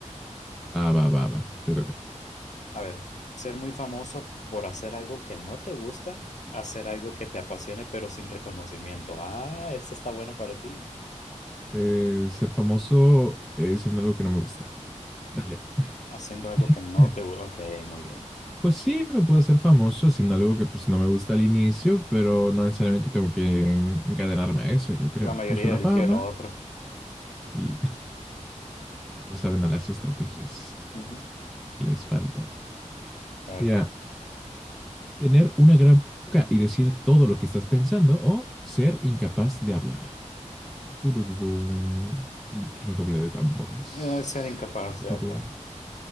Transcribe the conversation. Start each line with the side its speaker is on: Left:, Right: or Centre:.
Centre: Va, va, va, va. Te toca.
Left: A ver, ser muy famoso por hacer algo que no te gusta, hacer algo que te apasione pero sin reconocimiento. Ah, esta está buena para ti.
Centre: Eh, ser famoso eh, siendo algo que no me gusta. Dale.
Left: Haciendo algo
Centre: <laughs>
Left: que no te gusta. Ok, muy bien.
Centre: Pues sí, me puedo hacer famoso haciendo algo que pues no me gusta al inicio, pero no
Left: Mm.
Centre: necesariamente tengo que encadenarme a eso, yo creo.
Left: La mayoría
Centre: Uso la
Left: eligió
Centre: fama
Left: lo otro.
Centre: y <laughs> le saben a las estrategias.
Left: Ujú.
Centre: Les falta.
Left: A ver,
Centre: Mira, tener una gran boca y decir todo lo que estás pensando o ser incapaz de hablar. Turururum. Redoble de tambores.
Left: eh, ser incapaz de
Centre: Turururum.
Left: hablar.